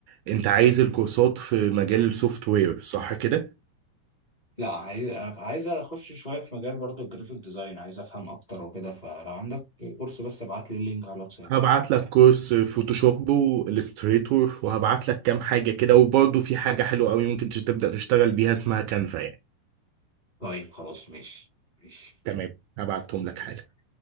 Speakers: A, on the right; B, on the left.
A: انت عايز الكورسات في مجال السوفت وير صح كده
B: لا عايز عايز اخش شويه في مجال برضه الجرافيك ديزاين عايز افهم اكتر وكده فلو عندك كورس بس ابعت لي اللينك على الواتساب
A: هبعت
B: يعني.
A: لك كورس فوتوشوب والستريتور وهبعت لك كام حاجة كده وبرضه في حاجة حلوة قوي ممكن تش- تبدأ تشتغل بيها اسمها كانفا يعني
B: طيب خلاص ماشي ماشي
A: تمام هبعتهم
B: مستنيك
A: لك حالا